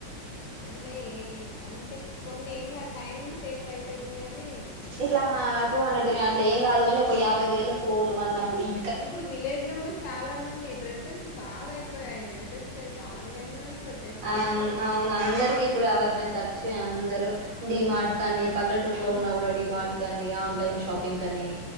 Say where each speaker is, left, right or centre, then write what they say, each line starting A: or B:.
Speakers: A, on the left; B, on the right.
A: అంటే ఏ అంటే కొన్ని ఏంగాదు టైం సేఫ్ అయితాది అని
B: ఇట్లా టూ హండ్రెడ్ తోని అట్ల ఏంగాదు కాని ఒక యాభై వేల ఫోను అన్నప్పుడు ఇ
A: ఇప్పుడు విలేజ్ లో కూడా చాలా మంది డ్రస్సెస్ బాగా అయిపోయాయి డ్రెస్సెస్ అయితే ఆన్లైన్ లానే బెట్టేస్
B: అవున్ అవును అందరికి ఇప్పుడు అవేర్నెస్ అచ్చి అందరూ
A: అవును
B: డి మార్ట్ కాని పల్లెటూరులో
A: మ్
B: ఉన్నా గూడ డిమార్ట్ కానీ ఆన్లైన్ షాపింగ్ కానీ